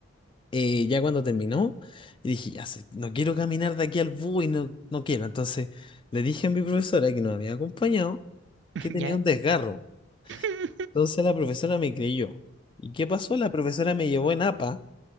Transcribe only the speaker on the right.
<laughs>
¿Ya?
<laughs>